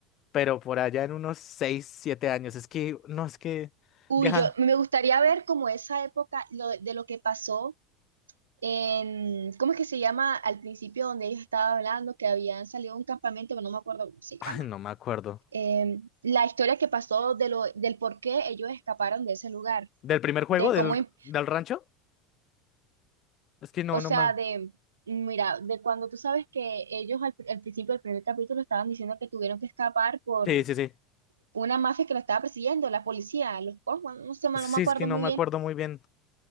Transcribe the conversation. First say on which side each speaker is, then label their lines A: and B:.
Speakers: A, on the left (about 45°); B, on the right (about 85°).
A: pero por allá en unos 6 7 años. Es que, no, es que,
B: Uy,
A: deja,
B: yo me gustaría ver como esa época lo, de lo que pasó en, ¿cómo es que se llama? Al principio donde ellos estaban hablando que habían salido de un campamento, pero no me acuerdo cómo
A: <laughs>
B: se llama.
A: ay, no me acuerdo.
B: Eh, la historia que pasó de lo, del por qué ellos escaparon de ese lugar,
A: ¿Del primer juego
B: de
A: del,
B: cómo, im-
A: del rancho? Es que no,
B: o
A: no
B: sea,
A: me...
B: de, mira, de cuando tú sabes que ellos al, al principio del primer capítulo estaban diciendo que tuvieron que escapar por
A: Sí, sí, sí.
B: una mafia que lo estaba persiguiendo, la policía, los Cosmos, no sé, no
A: Sí,
B: me acuerdo
A: es que no
B: muy
A: me
B: bien.
A: acuerdo muy bien.